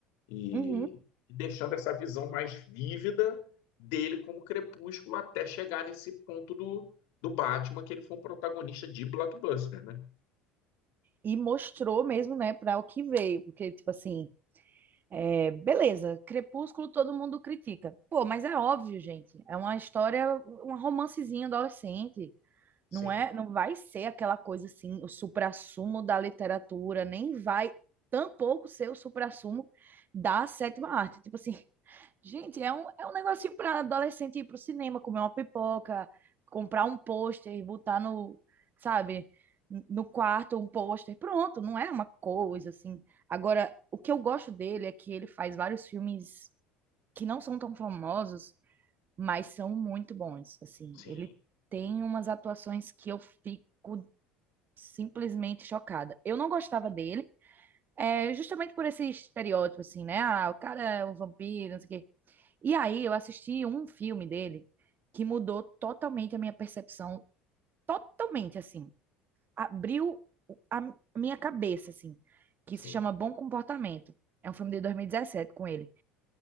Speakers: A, on the left; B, on the right.
A: E,
B: Uhum.
A: e deixando essa visão mais vívida dele como Crepúsculo até chegar nesse ponto do, do Batman, que ele foi um protagonista de blockbuster, né?
B: E mostrou mesmo, né, para o que veio. Porque, tipo assim, é, beleza, Crepúsculo todo mundo critica. Pô, mas é óbvio, gente. É uma história, um romancezinho adolescente.
A: Sim,
B: Não é, não vai ser aquela coisa assim, o suprassumo da literatura, nem vai tampouco ser o suprassumo da sétima arte. Tipo assim, <laughs> gente, é um, é um negocinho para adolescente ir pro cinema, comer uma pipoca, comprar um pôster, botar no, sabe, no quarto um pôster. Pronto, não é uma coisa assim. Agora, o que eu gosto dele é que ele faz vários filmes que não são tão famosos mas são muito bons, assim.
A: sim,
B: Ele tem umas atuações que eu fico simplesmente chocada. Eu não gostava dele, é, justamente por esse estereótipo, assim, né? Ah, o cara é um vampiro, não sei o quê. E aí eu assisti um filme dele que mudou totalmente a minha percepção, totalmente, assim. Abriu a minha cabeça, assim, que
A: sim,
B: se chama Bom Comportamento. É um filme de 2017 com ele.